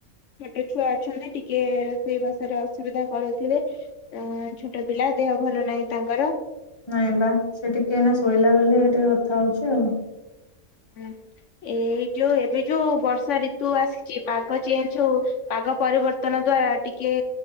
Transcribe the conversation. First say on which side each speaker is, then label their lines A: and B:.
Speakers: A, on the left (about 75°); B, on the left (about 20°).
A: ଛୋଟ ଛୁଆ ଅଛନ୍ତି ଟିକିଏରୋସେଇ ବାଷରେ ଅସୁବିଧା କରୁଥିବେ। ଏଁ ଛୋଟ ପିଲା ଦେହ ଭଲ ନାହିଁ ତାଙ୍କର।
B: ନାଇଁ ବା ସେ ଟିକେ ଏଇନା ଶୋଇଲା ବୋଲି ଟିକେ କଥା ହୋଉଚି ଆଉ।
A: ହଁ ଏଇ ଯୋଉ ଏବେ ଯୋଉ ବର୍ଷା ଋତୁ ଆସିଚି ପାଗ ଚେଞ୍ଜ ହୋଉ ପାଗ ପରିବର୍ତ୍ତନ ଦ୍ଵାରା ଟିକେ